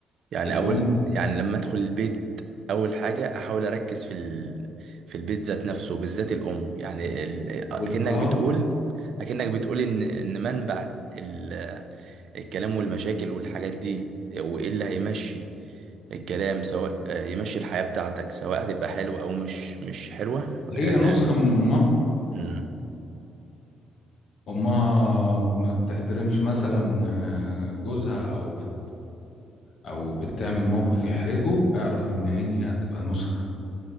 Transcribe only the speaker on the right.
يعني
اول يعني لما ادخل البيت اول حاجه احاول اركز في ال... في البيت ذات نفسه بالذات الام يعني ال... اكنك
بتقول اكنك بتقول ان ان منبع ال... الكلام والمشاكل والحاجات دي وايه اللي هيمشي الكلام سواء آه، يمشي الحياه بتاعتك سواء هتبقى حلوه او مش مش حلوه آه،
امم